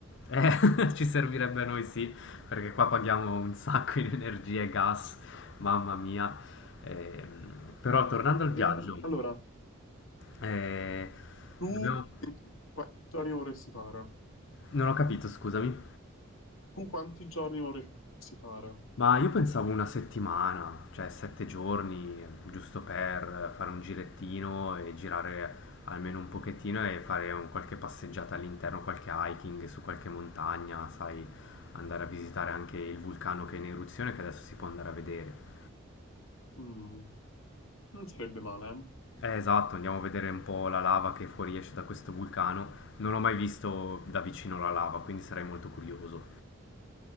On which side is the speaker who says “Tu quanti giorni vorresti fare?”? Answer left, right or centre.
Left